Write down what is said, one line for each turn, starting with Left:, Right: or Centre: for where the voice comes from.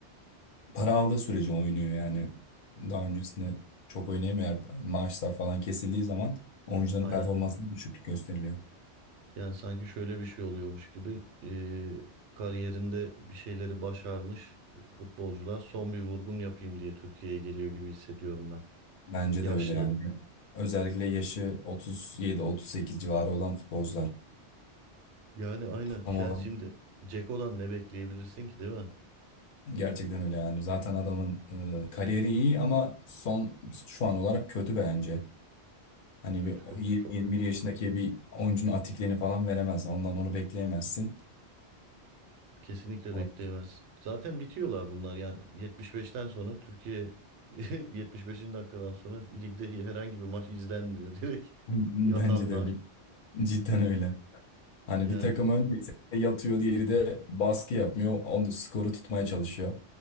Left: <clears throat> para aldığı sürece oynuyor yani. Daha öncesinde çok oynayamıyor. Maaşlar falan kesildiği zaman oyuncuların
Right: Aynen.
Left: performansında
Right: aynen.
Left: düşüklük gösteriliyor.
Right: Yani sanki şöyle bir şey oluyormuş gibi eee, kariyerinde bir şeyleri başarmış e, futbolcular son bir vurgun yapayım diye Türkiye'ye geliyor gibi hissediyorum ben.
Left: Bence
Right: Yaşlı.
Left: de öyle yani. Özellikle yaşı 37-38 civarı olan futbolcular.
Right: Yani aynen
Left: Ama
Right: yani şimdi Ceko'dan ne bekleyebilirsin ki değil mi?
Left: gerçekten öyle yani. Zaten adamın e, kariyeri iyi ama son şu an olarak kötü bence. Hani
Right: Kötü
Left: bir
Right: kötü
Left: 20-21
Right: çok kötü.
Left: yaşındaki bir oyuncunun atikliğini falan veremez. Ondan onu bekleyemezsin.
Right: Kesinlikle
Left: O-
Right: bekleyemezsin. Zaten bitiyorlar bunlar yani 75'ten sonra Türkiye <laughs> 75. dakikadan sonra ligde herhangi bir maç izlenmiyor <laughs> direkt
Left: <laughs> Bence
Right: yatanlar.
Left: de öyle. Cidden öyle. Hani
Right: Yani
Left: bir takım öndeyse yatıyor, diğeri de baskı yapmıyor. Onu skoru tutmaya çalışıyor.